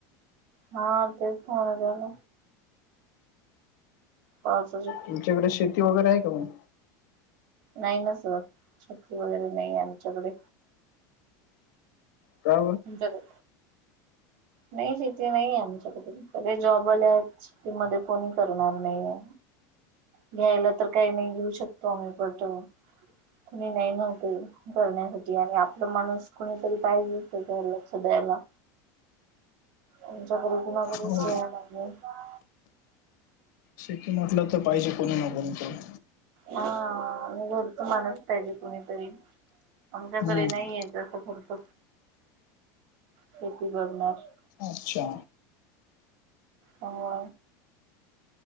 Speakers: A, on the right; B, on the left.
A: हा तेच होन झाल. पावसाच.
B: तुमच्याकडे शेती वगैरे आहे का मग.
A: नाही ना सर शेती वगैरे नाहीे आमच्याकडे.
B: का
A: जर. नाही शेती नाहीे आमच्याकडेसगळे जॉब वाले आहेत. मध्ये कोणी करणार नाहीे. घ्यायला तर काही नाही घेऊ शकतो आम्ही पण. कुणी नाही नव्हते करण्यासाठी आणि आपला माणूस कुणीतरी पाहिजे त्याच्यावर लक्ष द्यायला. आुमच्याकरी कुणा घरीच
B: हो
A: वेळ नाही <unintelligible>
B: शेती म्हटलं तर पाहिजे कोणी ना कोणीतर.
A: हा घरच मानस पाहिजे कुणीतरी. आमच्याकडे
B: हम्म
A: नाहीय असं खर्च शेती बघणार
B: अच्छा.
A: हो.